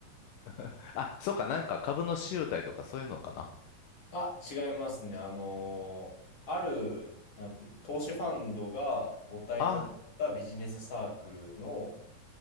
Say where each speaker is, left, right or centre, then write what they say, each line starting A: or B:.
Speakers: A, on the left; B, on the left.
A: <laughs> あ、そうか、なんか株の集体とかそういうのかな。
B: あ、違いますね。あのーある、なんて投資ファンドが母体となったビジネスサークルの、
A: あ、